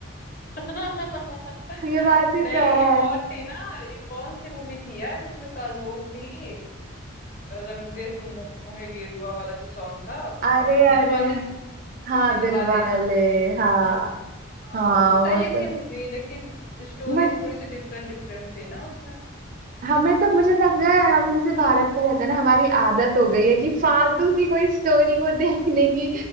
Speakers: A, on the left (about 45°); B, on the right (about 40°).
A: <laughs>
B: ये बात ही
A: नहीं
B: तो है
A: एक और थी ना ये कौन सी मूवी थी यार जिसमें काजोल थी रंग दे तू मोहे गेरुआ वाला जो सॉन्ग था
B: अरे
A: अ, दिलवाले
B: अरे हाँ
A: दिलवाले
B: दिल वाले
A: ना
B: हाँ
A: हाँ,
B: हाँ
A: वो तो सही
B: वो तो
A: थी मूवी लेकिन स्टोरी
B: बट
A: थोड़ी सी डिफरेंट डिफरेंट थी ना उसमें
B: हमें तो मुझे लग रहा है हम जैसे भारत में रहते हैं ना हमारी आदत हो गई है कि फालतू सी कोई स्टोरी को देखने की